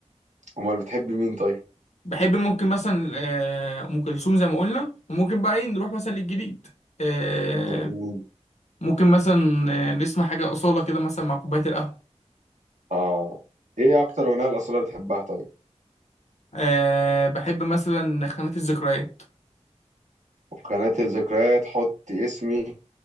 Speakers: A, on the right; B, on the left.
A: امال بتحب مين طيب
B: بحب ممكن مثلا آه، ام كلثوم زي ما قلنا وممكن بقى ايه نروح مثلا للجديد آه
A: مين؟
B: ممكن مثلا آه، نسمع حاجه اصاله كده مثلا مع كوبايه القهوه
A: اه ايه اكتر اغنيه الاصاله بتحبها طيب
B: آه بحب مثلا خانات الذكريات
A: وفي خانات الذكريات حط اسمي